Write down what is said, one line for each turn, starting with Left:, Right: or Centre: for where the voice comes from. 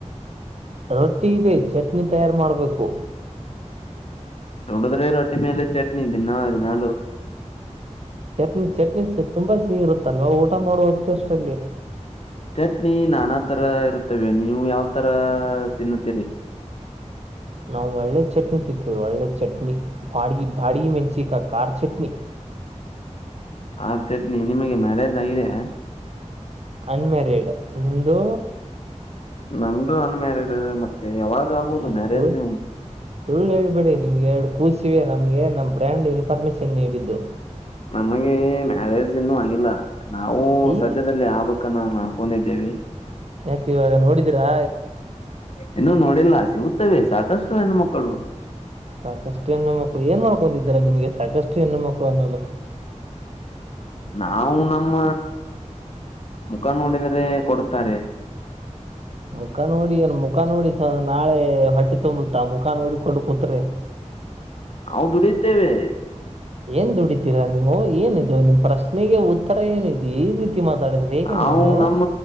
Right: ರೊಟ್ಟಿ ಇದೆ ಚಟ್ನಿ ತಯಾರು ಮಾಡಬೇಕು
Left: ನೋಡದ್ರಿ ರೊಟ್ಟಿ ಮೇಲೆ ಚಟ್ನಿ ದಿನಾದಿನಾಲು
Right: ಚಟ್ನಿ ಚಟ್ನಿ ತುಂಬಾ ಸೀಗ ಇರುತ್ತಲ್ವ ಊಟ ಮಾಡುವತ್ತ ಅಷ್ಟಲ್ಲಿ
Left: ಚಟ್ನಿ ನಾನಾ ತರ ಇರುತ್ತವೆ ನೀವು ಯಾವ ತರ ತಿನ್ನುತ್ತೀರಿ <inaudible>
Right: ನಾವು ಒಳ್ಳೆ ಚಟ್ನಿ ತಿತ್ತೇವಿ ಒಳ್ಳೆ ಚಟ್ನಿ ಬಾಡಗ ಬಾಡಿಗೆ ಮೆಣಸಿಕಾ ಖಾರ್ ಚಟ್ನಿ
Left: ಆರ್ ಚಟ್ನಿ ನಿಮಗೆ ಮ್ಯಾರೇಜ್ ಆಗಿದೆ
Right: ಅನ್ಮ್ಯಾರೀಡ್ ನಿಮ್ದು
Left: ನಮ್ದು ಅನ್ಮ್ಯಾರಿಡ್ ಮತ್ತೆ ಯಾವಾಗ ಆಗೋದು
Right: ಈ
Left: ಮ್ಯಾರೇಜ್
Right: ಸುಳ್ಳು
Left: ನೀವು
Right: ಸುಳ್ಳು ಹೇಳೇಳ್ಬೇಡಿ ನಿಮ್ಗೆ ಎರಡು ಕೂಸಿವೆ ನಮಗೆ ನಮ್ಮ ಫ್ರ್ಯಾಂಡ್ ಇನ್ಫಾರ್ಮೇಶನ್ ನೀಡಿದ್ದು
Left: ನಮಗೆ ಮ್ಯಾರೇಜ್ ಇನ್ನುೂ ಆಗಿಲ್ಲ ನಾವು
Right: ಐ
Left: ಸದ್ಯದಲ್ಲಿ ಆ ಕ್ಕನಾ ನ ಕೊಡಿದ್ದೇವೆ
Right: ಯಾಕೆ ಇವಾಗ ನೋಡಿದೀರಾ
Left: ಇನ್ನುೂ ನೋಡಿಲ್ಲ ಸಿಗುತ್ತವೆ ಸಾಕಷ್ಟು ಹೆಣು ಮಕ್ಕಳು
Right: ಸಾಕಷ್ಟು ಹೆಣ್ಣು ಮಕ್ಳು ಏನ್ ಮಾಡ್ಕೊಂಡಿದ್ದಾರ ನಿಮ್ಗೆ ಸಾಕಷ್ಟು ಹೆಣ್ಣು ಮಕ್ಕಳು ಅನ್ನೋಲು
Left: ನಾವು ನಮ್ಮ ಮುಖ ನೋಡಿದ್ರೆ ಕೊಡುತ್ತಾರೆ
Right: ಮುಖ ನೋಡಿ ಏನ್ ಮುಖ ನೋಡಿ ನಾಳೆ ಹೊಟ್ಟೆ ತಂಬುತ್ತಾ ಮುಖಾನ್ ಹೊಡಿಕೊಂಡು ಕೂತ್ರೆೆ
Left: ನಾವು ದುಡಿದ್ದೇವೆ
Right: ಏನ್ ದುಡಿತೀರಾ ನೀವು ಏನಿದ ನಿಮ್ಮ್ ಪ್ರಶ್ನೆಗೆ ಉತ್ತರ ಏನಿದು ಈ ರೀತಿ ಮಾತಾಡಿದ್ರೆ ಹೇಗೆ
Left: ನಾವು
Right: ನೀವು
Left: ನಮ್ಮ